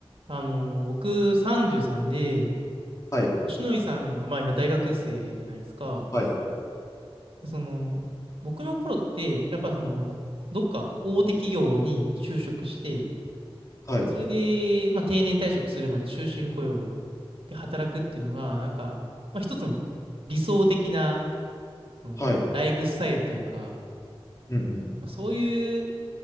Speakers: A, on the right; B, on the left.
A: あの、僕33で、
B: はい、
A: としのりさんが、まあ今大学生じゃないですか。
B: はい、
A: でその、僕の頃って、やっぱその、どっか大手企業に就職して、
B: はい、
A: でそれで、まあ定年退職するまで終身雇用で働くっていうのが、なんか、まあ一つの理想的な、そのライフスタイルというか、
B: はい、うんうん、
A: まあ、そういう